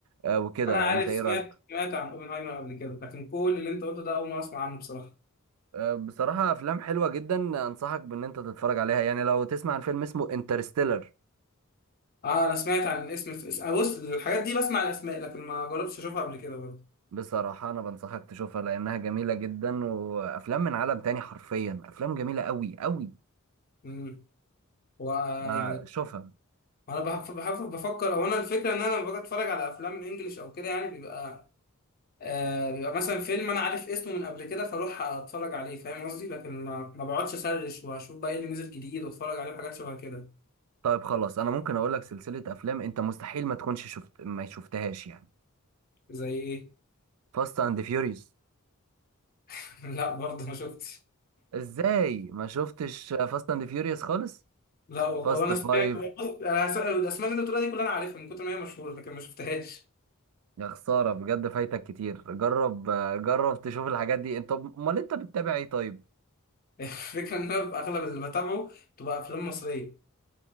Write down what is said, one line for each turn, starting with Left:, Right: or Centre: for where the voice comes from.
Right: آه وكده
Left: انا عارف
Right: انت ايه
Left: سمعت
Right: رأيك؟
Left: سمعت عن اوبنهايمر قبل كده لكن كل اللي انت قلته ده اول مره اسمع عنه بصراحه
Right: آه، بصراحة أفلام حلوة جدا أنصحك بإن أنت تتفرج عليها يعني لو تسمع عن فيلم اسمه انترستيلر
Left: اه انا سمعت عن الاسم س- آه، بص الحاجات دي بسمع الاسماء لكن ما جربتش اشوفها قبل كده برضه
Right: بصراحة أنا بنصحك تشوفها لأنها جميلة جدا وأفلام من عالم تاني حرفيا أفلام جميلة أوي أوي
Left: امم هو آه،
Right: فشوفها
Left: يعني انا بحف- بحف- بفكر او انا الفكره ان انا لما باجي اتفرج على افلام انجليش او كده يعني بيبقى آه بيبقى مثلا فيلم انا عارف اسمه من قبل كده فاروح اتفرج عليه فاهم قصدي لكن ما, ما بقعدش اسرش واشوف بقى ايه اللي نزل جديد واتفرج عليه حاجات شبه كده
Right: طيب خلاص أنا ممكن أقول لك سلسلة أفلام أنت مستحيل ما تكونش شفت ما شفتهاش يعني
Left: زي ايه
Right: فاست أند فيوريوس
Left: <laughs> لا برضه ما شفتش
Right: إزاي ما شفتش فاست أند فيوريوس خالص
Left: لا والله
Right: فاست
Left: هو انا
Right: فايف
Left: سمعت انا س- الاسماء اللي انت بتقولها دي كلها انا عارفها من كتر ما هي مشهوره لكن ما شفتهاش
Right: يا خسارة بجد فايتك كتير جرب جرب تشوف الحاجات دي أنت أمال أنت بتتابع إيه طيب
Left: الفكره ان انا اغلب اللي بتابعه تبقى افلام مصريه